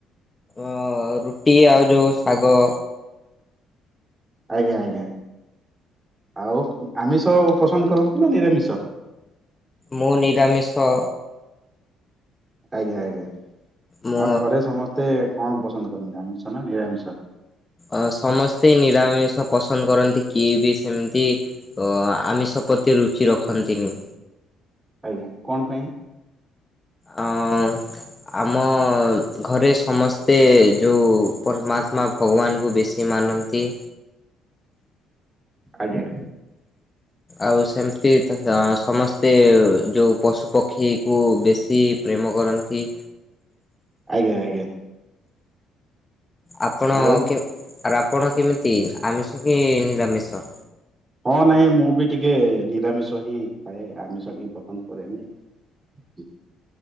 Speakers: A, on the left; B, on the right.
A: ଅ ରୁଟି ଆଉ ଯୋଉ ଶାଗ।
B: ଆଜ୍ଞା ଆଜ୍ଞା ଆଉ ଆମିଷ ପସନ୍ଦ କରନ୍ତି ନା ନିରାମିଷ?
A: ମୁଁ ନିରାମିଷ।
B: ଆଜ୍ଞା ଆଜ୍ଞା
A: ମୋ
B: ଆଉ ଘରେ ସମସ୍ତେ କଣ ପସନ୍ଦ କରନ୍ତି ଆମିଷ ନା ନିରାମିଷ?
A: ଅ ସମସ୍ତେ ନିରାମିଷ ପସନ୍ଦ କରନ୍ତି କିଏ ବି ସେମିତି। ତ ଆମିଷ ପତି ରୁଚି ରଖନ୍ତିନି।
B: ଆଜ୍ଞା କଣ ପାଇଁ?
A: ଅଁନ ଆମ ଘରେ ସମସ୍ତେ ଯୋଉ ପରମାତ୍ମା ଭଗବାନଙ୍କୁ ବେଶୀ ମାନନ୍ତି।
B: ଆଜ୍ଞା।
A: ଆଉ ସେମିତି ସମସ୍ତେ ଯେଉଁ ପଶୁପକ୍ଷୀକୁ ବେଶୀ। ପ୍ରେମ କରନ୍ତି।
B: ଆଜ୍ଞା ଆଜ୍ଞା।
A: ଆପଣ
B: ଆଉ
A: କେ ଆପଣ କେମିତି ଆମିଷ କି ନିରାମିଷ?
B: ହଁ ନାଇଁ ମୁଁ ବି ଟିକେ ନିରାମିଷ ହିଁ ଖାଏ ଆମିଷ ଟିକେ ପସନ୍ଦ କରେନି।